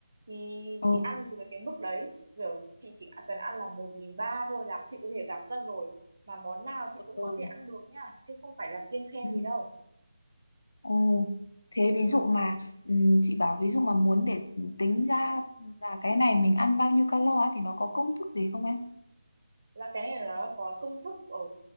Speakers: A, on the right; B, on the left.
A: thì
B: ừ
A: chị ăn dưới cái mức đấy, kiểu chị chỉ cần ăn là 1.300 thôi là chị có thể giảm cân rồi mà món nào chị cũng
B: ừ
A: có thể ăn được nha chứ không phải là kiêng khem
B: ừ.
A: gì đâu
B: Ồ, thế ví dụ mà ừm, chị bảo ví dụ mà muốn để tính ra là cái này mình ăn bao nhiêu calo á thì nó có công thức gì không em?
A: là cái này là nó có cái công thức ở